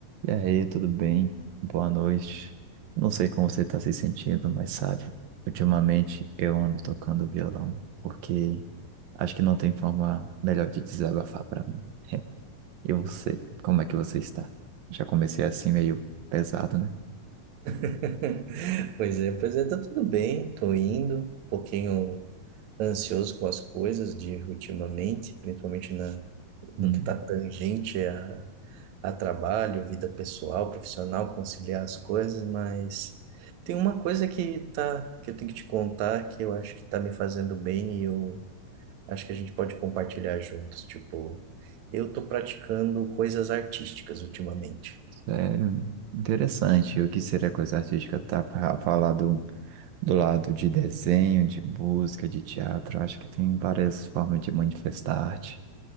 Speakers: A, on the right; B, on the right.
A: E aí, tudo bem? Boa noite. Não sei como você está se sentindo, mas sabe, ultimamente eu ando tocando violão, porque acho que não tem forma melhor de desabafar para mim. E você, como é que você está? Já comecei assim meio pesado, né?
B: <laughs> Pois é, pois é, tá tudo bem, tô indo, um pouquinho ansioso com as coisas de ultimamente, principalmente na, no
A: Hum,
B: que tá tangente a, a trabalho, vida pessoal, profissional, conciliar as coisas, mas tem uma coisa que tá, que eu tenho que te contar que eu acho que tá me fazendo bem e eu acho que a gente pode compartilhar juntos, tipo, eu tô praticando coisas artísticas ultimamente.
A: sério, interessante. O que seria coisa artística? Tá fa- falar do, do lado de desenho, de música, de teatro. Acho que tem várias formas de manifestar arte.